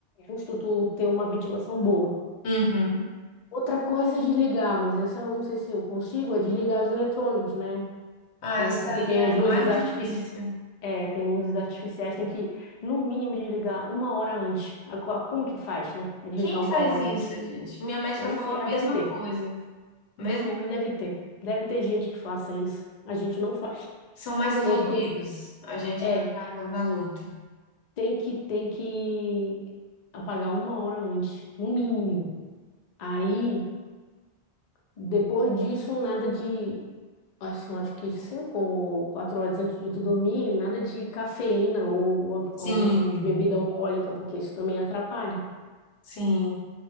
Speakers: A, on the left; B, on the left.
A: justo tu ter uma ventilação boa.
B: Uhum.
A: Outra coisa é desligar, mas essa eu não sei se eu consigo, é desligar os eletrônicos, né?
B: Ah,
A: É,
B: essa
A: porque
B: aí
A: tem
B: é a
A: as
B: mais
A: luzes artificiais.
B: difícil.
A: É, tem luzes artificiais, tem que, no mínimo, desligar uma hora antes. A co- Como que faz, né? Pra Desligar
B: Quem
A: uma
B: faz
A: hora
B: isso,
A: antes.
B: gente? Minha médica
A: Eu não
B: falou
A: sei, ah,
B: a
A: deve
B: mesma
A: ter.
B: coisa. Mesmo
A: Não, mas deve ter. Deve ter gente que faça isso. A gente não faz.
B: são mais evoluídos.
A: E aí que tem que,
B: A gente
A: é,
B: ainda tá na luta.
A: tem que, tem que apagar uma hora antes, no mínimo. Aí, depois disso, nada de, assim, eu acho que cinco ou quatro horas antes de tu dormir, nada de cafeína ou, ou algum
B: Sim,
A: tipo de bebida alcoólica, porque isso também atrapalha.
B: sim.